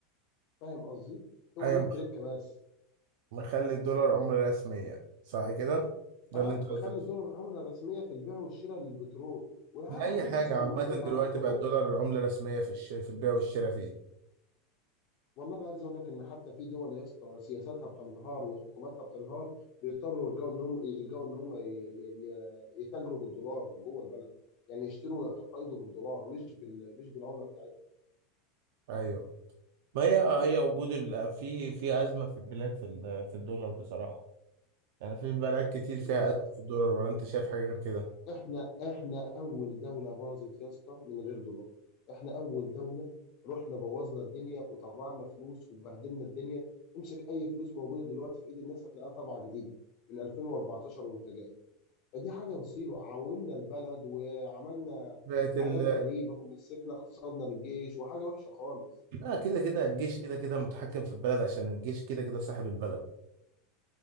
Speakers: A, on the left (about 40°); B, on the right (about 55°).
A: فاهم قصدي؟ هو
B: ايوه
A: دي التركة
B: مخ-
A: بس
B: مخلي الدولار عملة رسمية صح كده ده
A: اه
B: اللي انت قصدك
A: بخلي الدولار
B: فيه.
A: العمله الرسميه في البيع والشراء للبترول والعالم
B: لأي
A: كله
B: حاجة
A: يا اسطى
B: عامة
A: معتمد على
B: دلوقتي
A: البترول
B: بقى الدولار عملة رسمية في الش... في البيع والشراء فيه
A: والله انا عايز اقول لك ان حتى في دول يا اسطى سياساتها بتنهار وحكوماتها بتنهار بيضطروا يلجأوا ان هم يلجأوا ان هم ي- ي- ي- يتاجروا بالدولار جوه البلد يعني يشتروا ويتقايضوا بالدولار مش بال... مش بالعمله بتاعتهم
B: ايوه ما هي هي وجود ال... في في أزمة في البلاد في ال... في الدولار بصراحة يعني في بلاد كتير فيها
A: والله
B: أزمة في الدولار ولا انت شايف حاجة غير كده
A: احنا احنا اول دوله باظت يا اسطى من غير دولار احنا اول دوله رحنا بوظنا الدنيا وطبعنا فلوس وبهدلنا الدنيا امسك اي فلوس موجوده دلوقتي في ايد الناس هتلاقيها طبعه جديده من 2014 وانت جاي فدي حاجه مصيبه عومنا البلد وعملنا
B: بقت
A: حاجات
B: ال...
A: غريبه ومسكنا اقتصادنا للجيش وحاجه وحشه خالص
B: لا كده كده الجيش كده كده متحكم في البلد عشان الجيش كده كده صاحب البلد